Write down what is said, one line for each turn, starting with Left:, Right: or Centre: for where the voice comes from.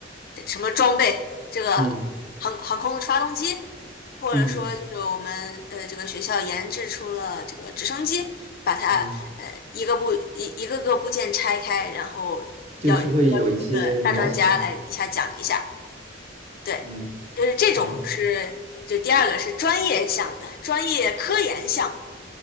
Left: 呃什么装备，这个
Right: 嗯
Left: 航航空的发动机，或者说就是我们呃这个学校研制出了这个直升机，
Right: 嗯
Left: 把它呃一个部一一个个部件拆开，
Right: 嗯，嗯
Left: 然后要。
Right: 就是会有一些模型，
Left: 邀请一个大专家来底下讲一下，对，
Right: 嗯，
Left: 就是这种是，
Right: 好的，
Left: 就第二个是专业项的，专业科研项的。